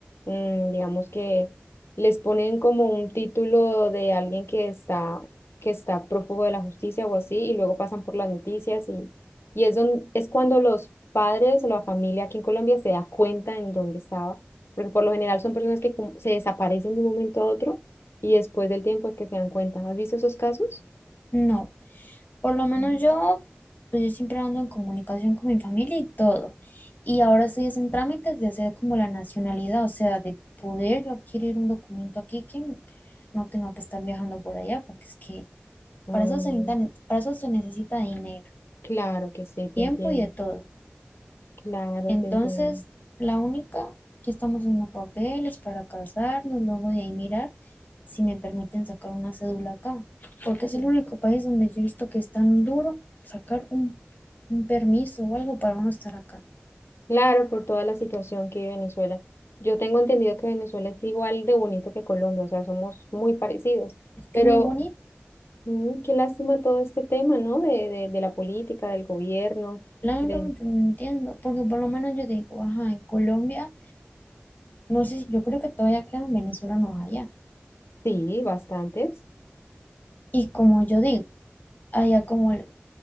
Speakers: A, on the left; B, on the left.
A: mm, digamos que les ponen como un título de alguien que está, que está prófugo de la justicia o así, y luego pasan por las noticias y, y es, don- es cuando los padres o la familia aquí en Colombia se da cuenta en dónde estaba porque por lo general son personas que cum- se desaparecen de un momento a otro y después del tiempo es que se dan cuenta. ¿Has visto esos casos?
B: no. Por lo menos
A: Ujú.
B: yo, pues yo siempre ando en comunicación con mi familia y todo. Y ahora estoy es en trámites de hacer como la nacionalidad, o sea, de poder yo adquirir un documento aquí que no tenga que estar viajando por allá, porque es que
A: Ah,
B: para eso se necesita, para eso se necesita dinero,
A: claro que sí, te
B: tiempo
A: entiendo.
B: y de todo.
A: Claro,
B: Entonces,
A: te entiendo.
B: la única que estamos haciendo papeles para casarnos, luego de ahí mirar si me permiten sacar una cédula acá, porque es
A: Mm.
B: el único país donde yo he visto que es tan duro sacar un, un permiso o algo para uno estar acá.
A: Claro, por toda la situación que vive Venezuela. Yo tengo entendido que Venezuela es igual de bonito que Colombia, o sea, somos muy parecidos.
B: Es que
A: Pero
B: es muy bonito.
A: mm, qué lástima todo este tema, ¿no? De, de, de la política, del gobierno,
B: Claro,
A: de...
B: yo no entiendo, porque por lo menos yo digo, ajá, en Colombia, no sé, si- yo creo que todavía quedan venezolanos allá.
A: Sí, bastantes.
B: Y como yo digo, allá como, el-